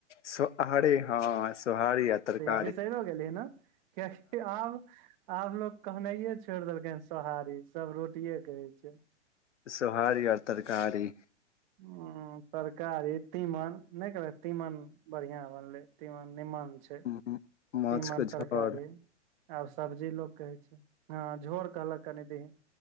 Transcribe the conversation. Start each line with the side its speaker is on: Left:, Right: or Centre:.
Left: सोहारी हँ सोहारी आ तरका
Right: बीसैरो गेलही न कियाकि आब- आब लोग कहनाइये छोड़ देलकै सोहारी सब रोटिेये कहै छै
Left: सोहारी आ तरकारी
Right: हूँ तरकारी तीमन नै कहलक तीमन बड़ियाँ बनलै तिमन नीमन छै
Left: <unintelligible> माछ
Right: तीमन
Left: के झोर
Right: तरकारी आब सब्जी लोक कहै छै हऽ झोर कहलक कनि दीन